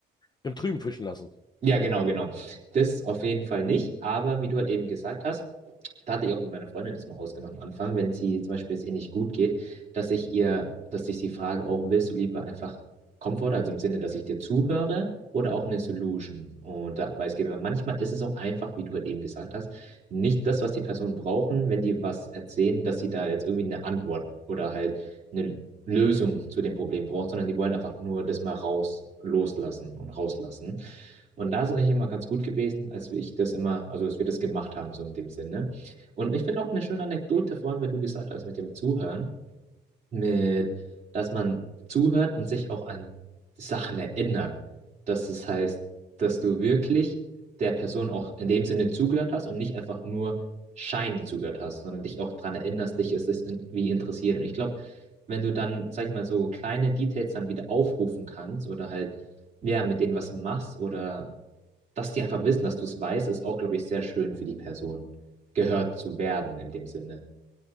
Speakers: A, on the left; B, on the right.
A: Im Trüben fischen lassen.
B: Ja, genau, genau. Das auf jeden Fall nicht, aber wie du halt eben gesagt hast, da hatte ich auch mit meiner Freundin das mal ausgemacht am Anfang, wenn sie zum Beispiel es ihr nicht gut geht, dass ich ihr, dass ich sie frage, auch willst du lieber einfach Komfort, also im Sinne, dass ich dir zuhöre oder auch eine Solution und da der Advicegeber. Manchmal ist es auch einfach, wie du halt eben gesagt hast, nicht das, was die Personen brauchen, wenn die was erzählen, dass sie da jetzt irgendwie eine Antwort oder halt eine Lösung zu dem Problem brauchen, sondern die wollen einfach nur das mal raus, loslassen und rauslassen. Und da ist es eigentlich immer ganz gut gewesen, als wir ich das immer, also als wir das gemacht haben, so in dem Sinne. Und ich finde auch eine schöne Anekdote vorhin, weil du gesagt hast, mit dem Zuhören, mit, dass man zuhört und sich auch an Sachen erinnert. Dass das heißt, dass du wirklich der Person auch in dem Sinne zugehört hast und nicht einfach nur scheinend zugehört hast, sondern dich auch daran erinnerst, dich ist es irgendwie interessiert. Und ich glaube, wenn du dann, sag ich mal, so kleine Details dann wieder aufrufen kannst oder halt, ja, mit denen was machst oder dass die einfach wissen, dass du es weißt, ist auch, glaube ich, sehr schön für die Person, gehört zu werden in dem Sinne.